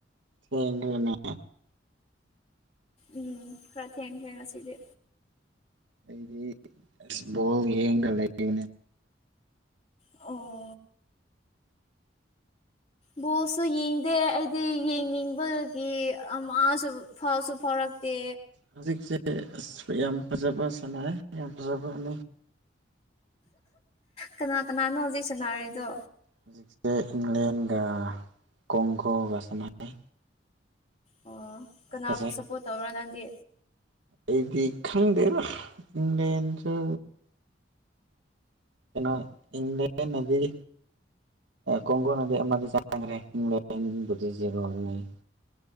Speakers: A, on the right; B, on the left.
A: ꯊꯦꯡꯒ꯭ꯔꯦꯅꯦ
B: ꯎꯝ ꯈꯔ ꯊꯦꯡ ꯈ꯭ꯔꯦ ꯉꯁꯤꯗꯤ
A: ꯑꯩꯗꯤ ꯕꯣꯜ ꯌꯦꯡꯉꯒ ꯂꯩꯌꯦ
B: ꯑꯣ ꯕꯣꯜꯁꯨ ꯌꯦꯡꯗꯦ ꯑꯩꯗꯤ ꯌꯦꯡꯅꯤꯡꯕꯒꯤ ꯑꯃꯁꯨ ꯐꯥꯎꯁꯨ ꯐꯥꯎꯔꯛꯇꯦ
A: ꯍꯧꯖꯤꯛꯁꯦ ꯑꯁ ꯌꯥꯝ ꯐꯖꯕ ꯁꯥꯟꯅꯔ ꯌꯥꯝ ꯐꯖꯕꯅꯤ
B: ꯀꯅꯥ ꯀꯅꯥꯅꯣ ꯍꯧꯖꯤꯛ ꯁꯥꯟꯅꯔꯤꯗꯣ
A: ꯍꯧꯖꯤꯛꯁꯦ ꯏꯪꯂꯦꯟꯒ ꯀꯣꯡꯀꯣꯜꯒ ꯁꯥꯅꯔ‌ꯦ
B: ꯑꯣ ꯀꯅꯥꯕꯨ
A: ꯐꯖꯩ
B: ꯁꯞꯄꯣꯔꯠ ꯇꯧꯔ ꯅꯪꯗꯤ
A: ꯑꯩꯗꯤ ꯈꯪꯗꯦꯗꯥ ꯏꯪꯂ‌ꯦꯟꯁꯨ ꯀꯩꯅꯣ ꯏꯪꯂꯦꯟꯅꯗꯤ ꯀꯣꯡꯒꯣꯟꯅꯗꯤ ꯑꯃꯗꯤ ꯆꯟꯒ꯭ꯔꯦ ꯏꯪꯂꯦꯟ ꯒꯤꯕꯨꯗꯤ ꯖꯦꯔꯣꯗ ꯂꯩ